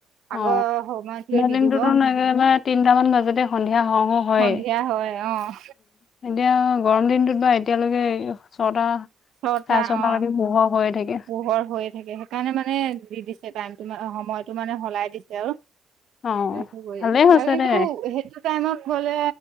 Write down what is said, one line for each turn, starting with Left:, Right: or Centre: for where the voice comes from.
Right: আগৰ
Left: অ
Right: সময়টোৱে দি
Left: দিনটোতো
Right: দিব
Left: নেনেনে তিনটামান বাজতে সন্ধিয়া হ হো হয়েই।
Right: সন্ধিয়া হয় অ।
Left: এতিয়া গৰম দিনটোত বা এতিয়ালৈকে ছটা
Right: ছটা
Left: চাৰে ছটালৈকে
Right: অ
Left: পোহৰ হৈয়ে থাকে
Right: পোহৰ হৈয়ে থাকে, সেইকাৰণে মানে দি হে টাইমটো সময়তটো মানে সলাই দিছে আৰু।
Left: অ
Right: কিন্তু
Left: ভালেই হৈছে দে
Right: সেইটো টাইমত গলে